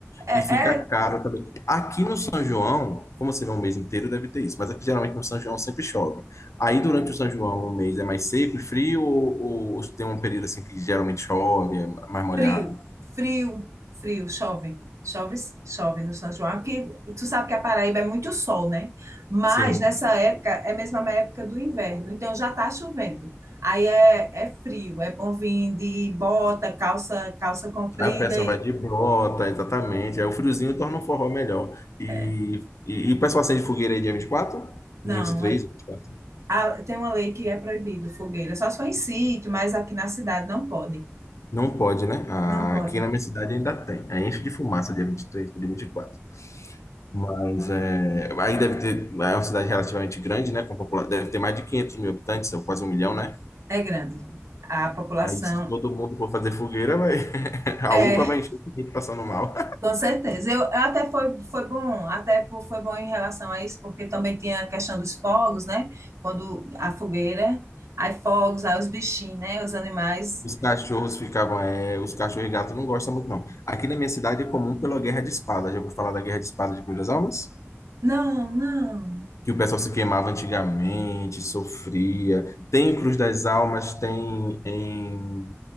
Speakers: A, on the right; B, on the left.
A: É,
B: E fica
A: é
B: caro também. Aqui no São João, como você vê um mês inteiro, deve ter isso, mas aqui geralmente no São João sempre chove. Aí durante o São João, o mês é mais seco e frio ou, ou tem um período assim que geralmente chove, é mais molhado?
A: Frio, frio, frio, chove. Chove, chove no São João, porque tu sabe que a Paraíba é muito sol, né? Mas
B: Sim.
A: nessa época é mesmo a mesma época do inverno, então já tá chovendo. Aí é, é frio, é bom vir de bota, calça, calça comprida
B: Aí o pessoal
A: e
B: vai de bota, exatamente. Aí o friozinho torna o forró melhor. E,
A: é.
B: e, e o pessoal acende fogueira aí dia 24?
A: Não,
B: 23,
A: é,
B: 24?
A: a- tem uma lei que é proibido fogueira, só se for em sítio, mas aqui na cidade não pode.
B: Não pode, né? Ah,
A: Não pode.
B: Aqui na minha cidade ainda tem. Aí enche de fumaça dia 23 dia vinte e quatro Mas é, aí deve ter. É uma cidade relativamente grande, né? Com popula- deve ter mais de 500 mil habitantes, ou quase um milhão, né?
A: É grande. A população
B: Aí se todo mundo for fazer fogueira, vai, <laughs> a
A: é
B: UPA vai encher de gente passando mal.
A: Com certeza. Eu até foi, foi bom, até po- foi bom em relação a isso, porque também tinha a questão dos fogos, né? Quando a fogueira, aí fogos, aí os bichinhos, né? Os animais.
B: Os cachorros ficavam, é, os cachorros e gatos não gostam muito, não. Aqui na minha cidade é comum pela Guerra de Espada. Já ouviu falar da Guerra de Espada de Cruz das Almas?
A: Não, não.
B: Que o pessoal se queimava antigamente, sofria. Tem em Cruz das Almas, tem em